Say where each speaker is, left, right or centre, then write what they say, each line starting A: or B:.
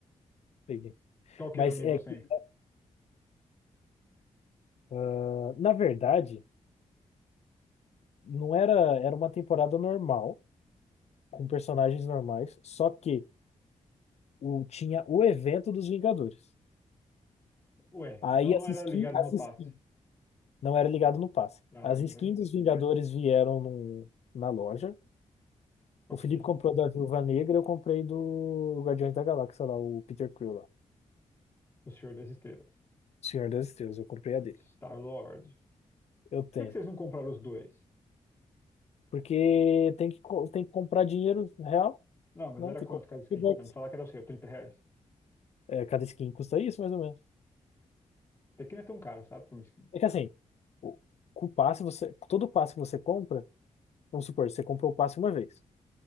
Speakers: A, on the left (about 55°); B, on the left (about 25°).
A: peguei.
B: Qual que
A: Mas
B: era o nível
A: é
B: 100?
A: que, ah, na verdade, não era, era uma temporada normal. com personagens normais, só que o, tinha o evento dos Vingadores.
B: Ué,
A: Aí
B: então não
A: as
B: era
A: skins,
B: ligado
A: as
B: no passe.
A: skin, não era ligado no passe.
B: Caramba,
A: As skins
B: hein?
A: dos Vingadores vieram no- na loja.
B: Ok.
A: O Felipe comprou da Viúva Negra, eu comprei do Guardiões da Galáxia lá, o Peter Quill lá.
B: O Senhor das Estrelas.
A: Senhor das Estrelas, eu comprei a dele.
B: Star-Lord.
A: Eu tenho.
B: Por que que vocês não compraram os dois?
A: Porque tem que, co- tem que comprar dinheiro real,
B: Não, mas
A: né?
B: era
A: Tem que
B: quanto
A: comprar
B: cada skin?
A: V-Bucks.
B: Vai me falar que era o seu, 30 reais.
A: É, cada skin custa isso, mais ou menos.
B: Até que não é tão caro, sabe, por um skin.
A: É que assim, o, com o passe, você, todo passe que você compra, vamos supor, você comprou o passe uma vez.